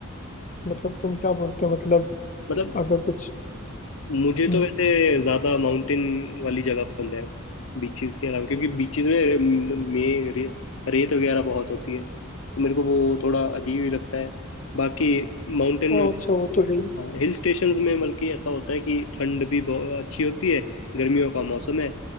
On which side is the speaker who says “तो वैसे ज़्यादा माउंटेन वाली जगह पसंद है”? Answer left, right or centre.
Left